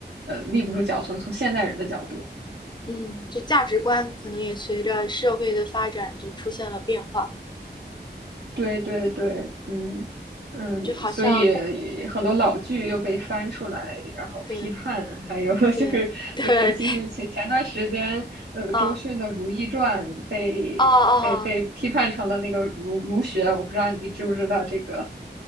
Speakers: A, on the right; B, on the left.
A: 呃立不住脚，从从现代人的角度。
B: 嗯，就价值观可能也随着社会的发展就出现了变化，
A: 对对对，嗯嗯，
B: 就好像不，
A: 所以很多老剧又被翻出来，然后批判，
B: 对
A: 还有 <laughs> 就是尤尤其是前前段时间，
B: 对对，
A: 呃，
B: <laughs> 啊
A: 周迅的《如懿传》被被被批判成了那个儒儒学，
B: 啊啊。哦
A: 我不知道你知不知道这个